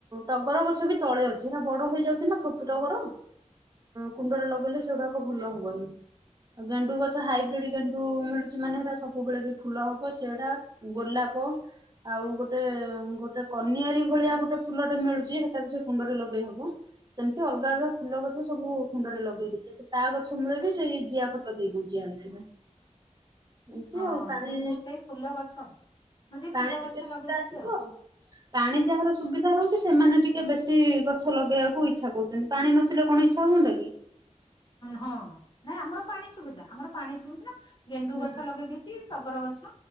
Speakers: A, on the right; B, on the left.
A: ଟଗର ଗଛ ବି ତଳେ ଅଛି ଏଟ ବଡ। ହେଇଯାଉଛି ନା ଥୋପଟର କୁଣ୍ଡରେ ଲଗେଇଲେ ସେଗଟାକ ଭଲ ହବନି। ଆ ଗେଣ୍ଡୁ ଗଛ ହାଇବ୍ରିଡ ଗେଣ୍ଡୁ ମିଳୁଛି। ମାନେ ହେଟା ସବୁବେଳେ ବି ଫୁଲ ହବ ସେଟା ଗୋଲାପ ଆଉ ଗୋଟେ ଗୋଟେ କନିଆରୀ ଭଳିଆ ଗୋଟେ ଫୁଲଟେ ମିଳୁଛି ସେଟା ବି ସେ କୁଣ୍ଡରେ ଲଗେଇ ହବ। ସେମିତି ଅଲଗା ଅଲଗା ଫୁଲ ଗଛ ସବୁ ଖୁଣ୍ଡରେ ଲଗେଇ ଦେଇଛି ସେ ତା ଗଛ ମୂଳେ ବି ସେଇ ଜିଆ ଖତ ଦେଇଦଉଛି ଆଣିକନା। ଆଉ
B: ହଁ
A: ପାଣି
B: ସେ ମୁଁ ସେଇ ଫୁଲ ଗଛ ମୁଁ ସେଇ
A: ପାଣି
B: ଫୁଲ
A: ଟିକେ
B: ଗଛ
A: ସୁବିଧା
B: ଲଗେଇ ଦେଇଛି
A: ଅଛି ତୁ
B: ଆଉ
A: ଆ ପାଣି ଯାହାର ସୁବିଧା ରହୁଛି। ସେମାନେ ଟିକେ ବେଶି ଗଛ ଲଗେଇବାକୁ। ଇଚ୍ଛା କରୁଛନ୍ତି ପାଣି ନଥିଲେ କଣ ଇଚ୍ଛା ହୁଅନ୍ତା କି?
B: ହଁ ନାଇଁ ଆମର ପାଣି ସୁବିଧା ଆମର ପାଣି ସୁବିଧା। ଗେଣ୍ଡୁ
A: ହୁଁ
B: ଗଛ ଲଗେଇ ଦେଇଛି। ଶଗର ଗଛ